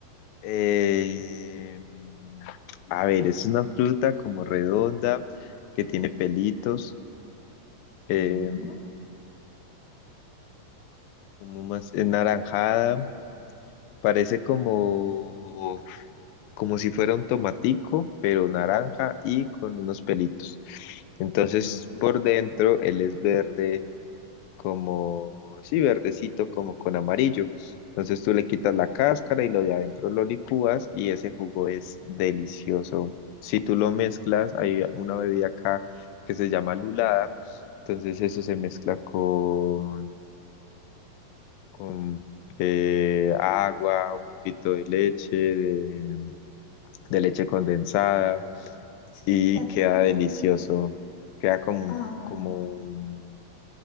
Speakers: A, on the left; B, on the left.
A: Eh, a ver, es una fruta como redonda que tiene pelitos. eh,
B: Mm,
A: como más es naranjada. Parece como como si fuera un tomatico, pero naranja y con unos pelitos. Entonces,
B: ah,
A: por dentro, él es verde, como, sí, verdecito, como con amarillo. Entonces tú le quitas la cáscara y lo de adentro lo licúas y ese jugo es delicioso. Si tú lo mezclas, hay una bebida acá que se llama lulada. Entonces eso se mezcla con, con eh, agua, un poquito de leche, de, de leche condensada
B: sí,
A: y
B: se hace
A: queda
B: como
A: delicioso.
B: un... un des-
A: Queda como,
B: Ah,
A: un-
B: vale.
A: como un,